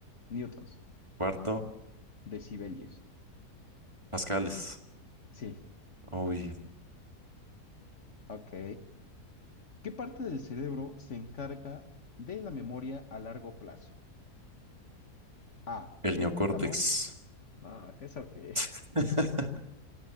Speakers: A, on the left; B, on the right.
A: Newtons.
B: Cuarto.
A: Decibelios.
B: Pascales.
A: Sí.
B: Oh, yeah.
A: Ok. ¿Qué parte del cerebro se encarga de la memoria a largo plazo? A.
B: El
A: El
B: neocórtex.
A: tálamo. Ah, ¿qué es eso qué?
B: <laughs>